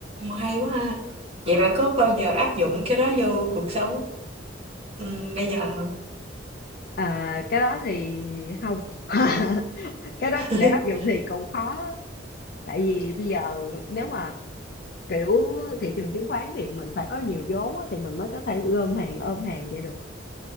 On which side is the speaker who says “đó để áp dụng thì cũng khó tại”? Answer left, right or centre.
Left